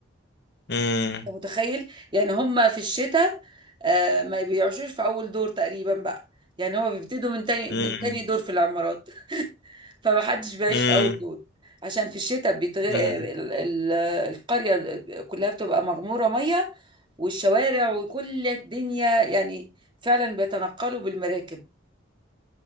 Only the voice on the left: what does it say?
مم.
مم.
مم.
مم.